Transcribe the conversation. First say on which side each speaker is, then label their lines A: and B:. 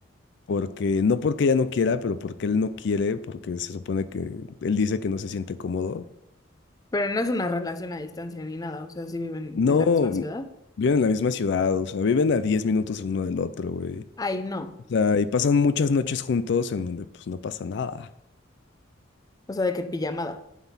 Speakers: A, on the left; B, on the left.
A: Porque, no porque ella no quiera, pero porque él no quiere, porque se supone que él dice que no se siente cómodo.
B: Pero no es una relación a distancia ni nada. O sea, sí viven
A: No,
B: en la misma ciudad.
A: viven en la misma ciudad, o sea, viven a 10 minutos el uno del otro, güey.
B: Ay, no.
A: O sea, y pasan muchas noches juntos en donde pues no pasa nada.
B: O sea, de que pijamada.